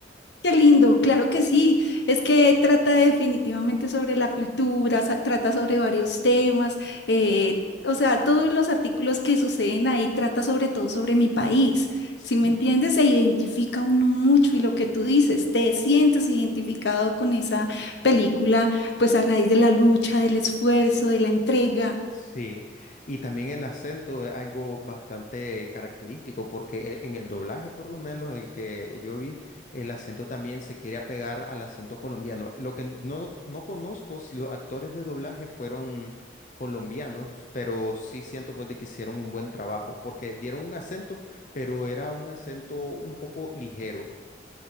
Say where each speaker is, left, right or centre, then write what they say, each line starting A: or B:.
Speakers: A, on the left; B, on the left.
A: Qué lindo, claro que sí. Es que trata definitivamente sobre la cultura, sa- trata sobre varios temas. eh, o sea, todos los artículos que suceden ahí trata sobre todo sobre mi país.
B: Sí.
A: Si me entiendes, se identifica uno mucho y lo que tú dices, te sientes identificado con esa película, pues a raíz de la lucha, del esfuerzo, de la entrega.
B: Sí, y también el acento es algo bastante característico porque e- en el doblaje, por lo menos el que yo vi, el acento también se quiere apegar al acento colombiano. Lo que no, no conozco si los actores de doblaje fueron colombianos, pero sí siento pues de que hicieron un buen trabajo porque dieron un acento, pero era un acento un poco ligero